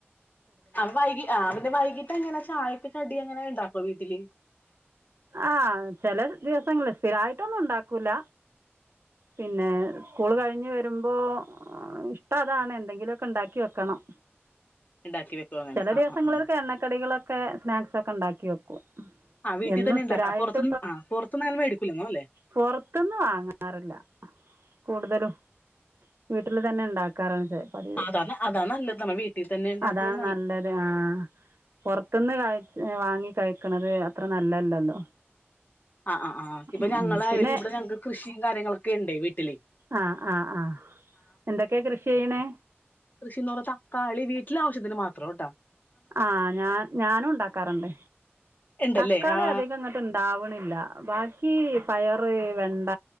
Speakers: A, on the left; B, on the right.
A: അപ്പൊ വൈകി ആ പിന്നെ വൈകിട്ട് എങ്ങനെ ചായക്ക് കടി എങ്ങനെ ഉണ്ടാക്കുവോ വീട്ടില്
B: ആഹ് ചില ദിവസങ്ങളിൽ സ്ഥിരമായിട്ടൊന്നും ഉണ്ടാക്കൂല പിന്നെ സ്കൂള് കഴിഞ്ഞ് വരുമ്പോ ആഹ് ഇപ്പ അതാണ് എന്തെങ്കിലും ഒക്കെ ഉണ്ടാക്കി വെക്കണം
A: ഉണ്ടാക്കി വെക്കും അങ്ങനെ
B: ചെല
A: ആ
B: ദിവസങ്ങളിലൊക്കെ
A: ആ ആ
B: എണ്ണക്കടികളൊക്കെ സ്നാക്സൊക്കെ ഉണ്ടാക്കി വെക്കും
A: ആഹ് വീട്ടിൽ
B: എന്നും
A: തന്നെ ഉണ്ടാക്കണെ
B: സ്ഥിരമായിട്ട്
A: പൊറത്തുന്ന് ആ പൊറത്തൂന്ന് അങ്ങനെ മേടിക്കൂല്ലന്ന് തോന്നുന്നു അല്ലേ.
B: പൊറത്തിന്ന് വാങ്ങാറില്ല കൂടുതലും വീട്ടില് തന്നെ ഉണ്ടാക്കാറുണ്ട് പതിവ്
A: അതാണ് അതാ നല്ലത് നമ്മ വീട്ടിൽ തന്നെ ഉണ്ടാക്കണേ
B: അതാ നല്ലത് ആഹ് പൊറത്തിന്ന് കഴി വാങ്ങി കഴിക്കണത് അത്ര നല്ലതല്ലല്ലോ
A: ആഹ് ആഹ് ആഹ് ഇപ്പൊ
B: ഉം
A: ഞങ്ങളായാലും
B: ഉം. പിന്നെ
A: ഇവിടെ ഞങ്ങക്ക് കൃഷിയും കാര്യങ്ങളൊക്കെ ഉണ്ടേ വീട്ടില്
B: ആഹ് ആഹ് ആഹ് എന്തൊക്കെയാ കൃഷി ചെയ്യണേ
A: കൃഷിന്നർഞ്ഞാ തക്കാളി വീട്ടില് ആവിശ്യത്തിന് മാത്രാേട്ടാ.
B: ആഹ്. ഞാൻ ഞാനും ഇണ്ടാക്കാറുണ്ട്.
A: ഉണ്ടല്ലേ
B: തക്കാളി
A: ആ
B: അധികം ങ്ങ ഇട്ട് ഇണ്ടാവ്ണില്ല. ബാക്കീ, പയറ്, വെണ്ട,